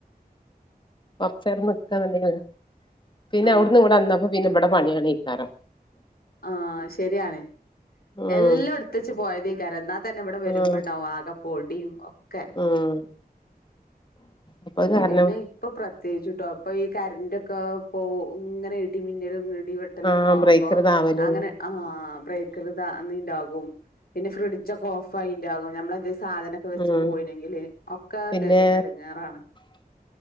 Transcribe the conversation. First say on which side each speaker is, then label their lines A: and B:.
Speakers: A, on the left; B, on the left.
A: കൊറച്ചേരം നിക്കാന്ന്‌ണ്ടെങ്കി പിന്നെ
B: ആ
A: അവിടന്ന് ഇവിടെ വന്നപ്പ പിന്നെ ഇവിടെ പണിയാണെയ്ക്കാരം.
B: ആഹ് ശരിയാണ്.
A: ഉം
B: എല്ലാം എടുത്തച്ച് പോയതെ രണ്ടാ തന്നെ ഇവിടെ വര്മ്പണ്ടാവും
A: ഉം
B: ആകെ പൊടിയും ഒക് ക്കെ
A: ഉം അപ്പൊ അത് കാരണം
B: പിന്നെ ഇപ്പൊ പ്രത്യേകിച്ചിട്ടുവാ ഇപ്പ ഈ കറന്റൊക്കെ പോ ഇങ്ങനെ ഇട് ഇടിമിന്നലും ഇടി വെട്ടലൊക്കെ
A: ആ
B: ആവുമ്പോ
A: ബ്രേക്കർ താവലും
B: അങ്ങനെ ആഹ് ബ്രേക്കറ് താന്നീണ്ടാവും ഉം പിന്നെ ഫ്രിഡ്ജൊക്കെ ഓഫായിണ്ടാകും നമ്മളെന്തെ സ് സാധനൊക്കെ വെച്ച്
A: ഉം
B: പോയിണെങ്കില് ഒക്കെ
A: പിന്നെ
B: ക്കെ എടങ്ങേറാണ്.